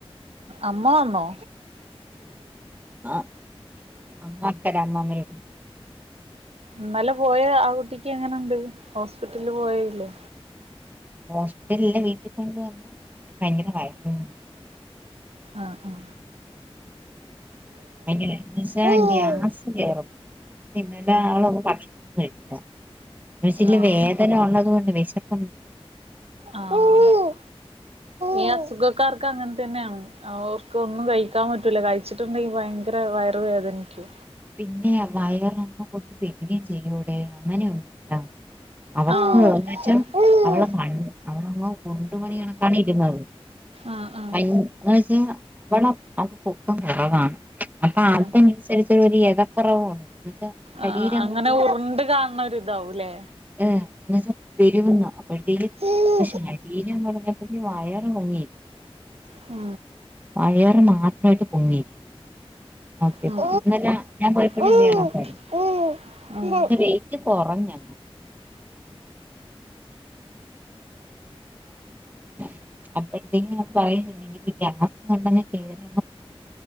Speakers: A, on the right (about 75°); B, on the right (about 15°).
A: അമ്മ വന്നോ
B: ആ അമ്മ അക്കട അമ്മ മ
A: എന്നാല പോയ ആ കുട്ടിക്ക് എങ്ങനുണ്ട് ഹോസ്പിറ്റലില് പോയല്ലേ
B: ഹോസ്പിറ്റലല്ല വീട്ടിൽ കൊണ്ട് വന്നു പ ഭയങ്കര വയകാ
A: ആ ആഹ
B: അങ്ങനെ എന്ന് വെച്ചാൽ
A: ആഹ്
B: ഗ്യാസ് കേ റും പിന്നല്ല ആളൊന്നും ഭക്ഷണ ഒന്നും കഴിച്ചില്ല ഒരുല്ല
A: ആഹ്
B: വേദന ഉള്ളത്കൊണ്ട് വിശപ്പം
A: ആഹ് ആഹ് ഈ അസുഖക്കാർക്ക് അങ്ങനെ തന്നെയാണ് ഓർക്ക് ഒന്നും കഴിക്കാൻ പറ്റൂല. കഴിച്ചിട്ടുണ്ടെങ്കിൽ ഭയങ്കര വയറവേതെനിക്ക്
B: പിന്നെ വയറ ഒന്ന കൊട്ട് പെരികയും ചെയ്യൂടെ അങ്ങനെൊന്നല്ല അവക്ക്
A: ആഹ്
B: എന്ന വെച്ചാൽ
A: ആഹ്
B: അവളെ അവളങ്ങനെ ഡുണ്ടു മണി കണകാ ഇരുന്നത്
A: ആഹ്
B: അ എന്നാ വെച്ചാ അവള അത് പൊക്കം കുറവാണ് അപ്പൊ
A: ആഹ്
B: അനനുസരിച്ച് തക്കറവ ഉണ്ട് വെച്ചാ ശരീരം
A: ആഹ് അങ്ങനെ
B: കൊണ്ട്
A: ഉറിണ്ട് കാണണ ഒരി ഇതാവൂല്ലേ
B: ഏഹ് ഒന്ന് പെരുവന്നോ അപ്പോഴത്തേക്ക്
A: ഉം
B: വീന പറഞ്ഞപ്പ വയറ്ങ്ങിരുന്നു
A: ആ
B: വയറ് മാത്രമായിട്ട് പൊങ്ങി ഓക്കെ
A: ഉം
B: ഇന്നലെ ഞാൻ പോയപ്പോഴും
A: ഉം
B: <unintelligible>
A: ഉം ഉം ഉം
B: വെയിറ്റ് കുറഞ്ഞോ ആ അപ്പോഴത്തേക്കും നമ്മ പറയ എനിക്ക് ഗ്യാസ് പെട്ടന്ന് കയറി